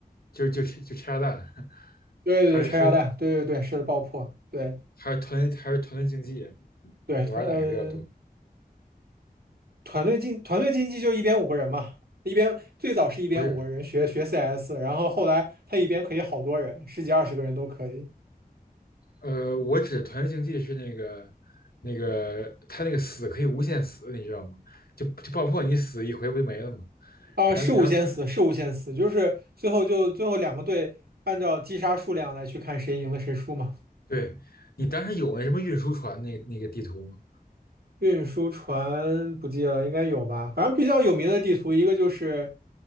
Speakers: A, on the left; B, on the right.
A: 就就就拆炸弹，<laughs>
B: 对对对，
A: 还是还是
B: 拆炸弹，对对对，是的爆破，对
A: 还是团还是团队竞技啊？
B: 对，
A: 你玩哪个比较多？
B: 团呃团队竞团队竞技就一边五个人嘛，一边最早是一边五个人学学
A: 不是，
B: CS，然后后来他一边可以好多人，十几二十个人都可以。
A: 呃，我指的团队竞技是那个那个他那个死可以无限死，你知道吗？就就爆破你死一回不就没了吗？
B: 啊，
A: 然后然后他
B: 是无限死，是无限死，就是最后就最后两个队按照击杀数量来去看谁赢了谁输嘛。
A: 对你当时有那什么运输船那那个地图吗？
B: 运输船不记得了，应该有吧？反正比较有名的地图，一个就是